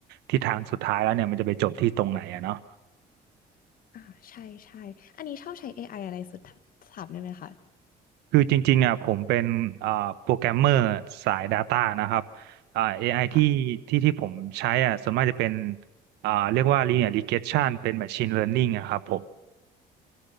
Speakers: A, on the right; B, on the left.
A: ทิศทางสุดท้ายแล้วเนี่ยมันจะไปจบที่ตรงไหนอะเนาะ
B: อ่าใช่ใช่ อันนี้ชอบใช้ AI อไออะไรสุดถามได้ไหมคะ
A: คือจริงๆอ่ะผมเป็นเอ่อโปรแกรมเมอร์สาย Data นะครับอ่า AI
B: ค่ะ
A: ที่ที่ที่ผมใช้อ่ะส่วนมากจะเป็นอ่าเรียกว่า Linear Regression เป็น Machine Learning อะครับผม